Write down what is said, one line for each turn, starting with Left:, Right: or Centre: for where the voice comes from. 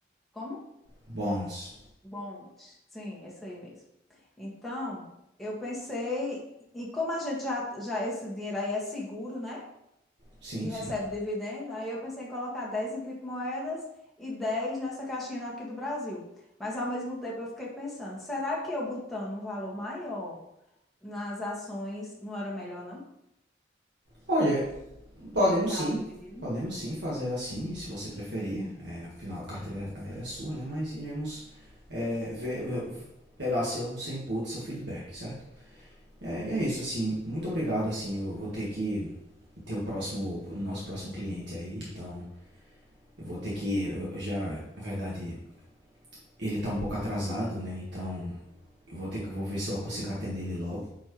Centre: como?
Right: bonds.
Centre: Bonde. Sim, esse aí mesmo. Então, eu pensei, e como a gente já, já esse dinheiro aí é seguro, né?
Right: Sim,
Centre: E
Right: sim.
Centre: recebe dividendo, aí eu pensei em colocar 10 em criptomoedas e 10 nessa caixinha daqui do Brasil. Mas ao mesmo tempo eu fiquei pensando, será que eu botando um valor maior nas ações não era melhor, não?
Right: Olha,
Centre: Do
Right: podemos
Centre: que ficar
Right: sim.
Centre: dividindo?
Right: Podemos sim fazer assim, se você preferir. É, afinal, a carteira é, é sua, né? Mas iremos é, ver, pegar seu, seu input, seu feedback, certo? É, e é isso, assim. Muito obrigado, assim. Eu vou ter que ter o próximo, o nosso próximo cliente aí. Então, eu vou ter que, eu eu já, na verdade, ele tá um pouco atrasado, né? Então, eu vou ter que, eu vou ver se eu consigo atender ele logo.